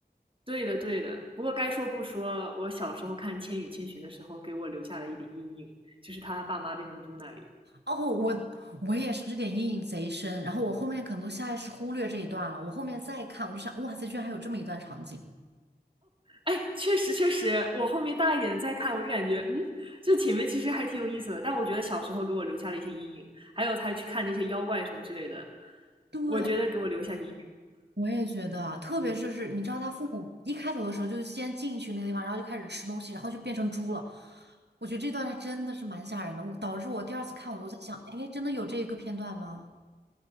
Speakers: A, on the right (about 30°); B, on the right (about 85°).
A: 对的，对的。不过该说不说，我小时候看《千与千寻》的时候，给我留下了一点阴影，就是他爸妈变成猪那里。
B: 哦，我我也是，这点阴影贼深。然后我后面可能都下意识忽略这一段了，我后面再看，我就想，哇塞，居然还有这么一段场景。
A: 哎，确实确实，我后面大一点再看，我就感觉，嗯，这前面其实还挺有意思的。但我觉得小时候给我留下了一些阴影，还有他去看那些妖怪什么之类的，
B: 对，
A: 我觉得给我留下阴
B: 我也觉得啊，特别是是，你知道他父母一开头的时候就先进去那个地方，然后就开始吃东西，然后就变成猪了。我觉得这段还真的是蛮吓人的，我导致我第二次看我都在想，哎，真的有这个片段吗？